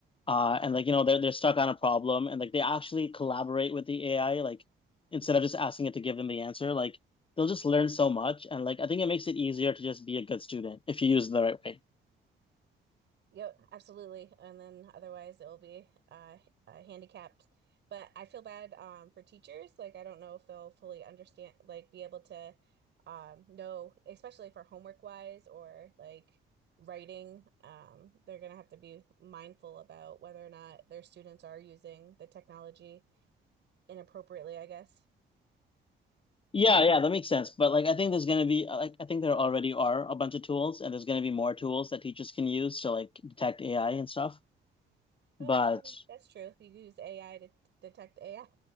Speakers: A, on the left (about 25°); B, on the right (about 65°).
A: Uh, and like you know they're they're stuck on a problem and like they actually collaborate with the AI like instead of just asking it to give them the answer like they'll just learn so much and like I think it makes it easier to just be a good student if you use it the right way.
B: Yep, absolutely. And then otherwise it'll be uh, uh handicapped. But I feel bad um for teachers. Like I don't know if they'll fully understand, like be able to um know, especially for homework wise or like writing. Um, they're gonna have to be mindful about whether or not their students are using the technology inappropriately, I guess.
A: Yeah, yeah, that makes sense. But like I think there's gonna be uh, like I think there already are a bunch of tools and there's gonna be more tools that teachers can use to like detect AI and stuff. But
B: Oh, I mean, that's true. You use AI to detect AI.